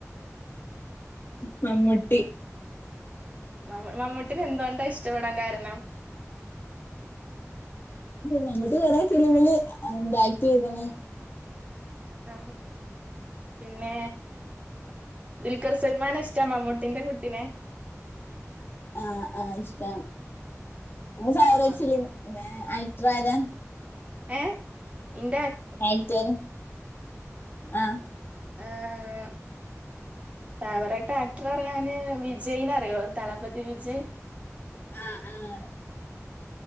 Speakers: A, on the left; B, on the right.
A: മമ്മൂട്ടി
B: മ മമ്മൂട്ടിനെ എന്തുകൊണ്ടാ ഇഷ്ടപ്പെടാൻ കാരണം
A: മമ്മൂട്ടി കൊറേ ഫിലിമില് ന്താ ആക്ട് ചെയ്ത്ണ്
B: ആഹ് പിന്നെ ദുൽഖർ സൽമാനെ ഇഷ്ടാ മമ്മൂട്ടീന്റെ കുട്ടിനെ
A: ആഹ് ആഹ് ഇഷ്ടാണ് നിന്റെ ഫേവറേറ്റ്
B: ആഹ്
A: ഫിലിം ആ ആക്ടറാരാ
B: ഏഹ് ഇന്റെ ആക്
A: ആക്ടറ് ആഹ്
B: ആഹ് ഫേവറേറ്റ് ആക്ടർ പറയാന് വിജയ് നെ അറിയോ ദളപതി വിജയ്
A: ആഹ് ആഹ്